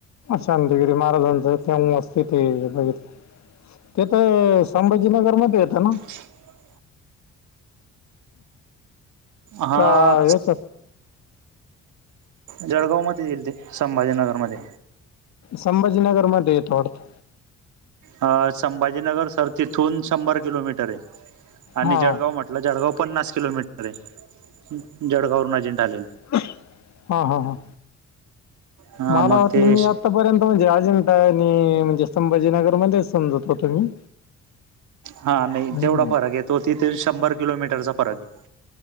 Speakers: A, on the left (about 65°); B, on the right (about 75°).
A: शांतीगिरी महाराजांच ते अस त ते बघित. ते तर संभाजीनगर मध्ये येतं ना?
B: <unintelligible> हा
A: काय यच
B: जळगाव मध्ये येईल ते संभाजीनगरमध्ये.
A: संभाजीनगर मध्ये येतो वाटतं.
B: अ संभाजीनगर सर तिथून शंभर किलोमीटर आहे. आणि
A: हां
B: जळगाव म्हटलं जळगाव पन्नास किलोमीटर आहे. जळगाव वर्ण अजिंठा आल.
A: हा ह ह
B: हा
A: मला
B: मग
A: वाटलं
B: ते
A: मी आतापर्यंत म्हणजे अजिंठा आणि म्हणजे संभाजीनगर मध्ये समजत होतो मी.
B: हा नाही
A: हम्म.
B: तेवढा फरक य तो तिथे शंभर किलोमीटरचा फरक आहे.